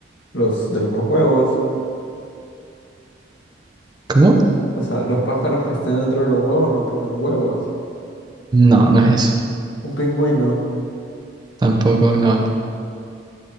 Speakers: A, on the left; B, on the right.
A: Los de los huevos.
B: ¿Cómo?
A: O sea, los pájaros que están dentro de los huevos no ponen huevos.
B: No, no es eso.
A: Un pingüino.
B: Tampoco, no.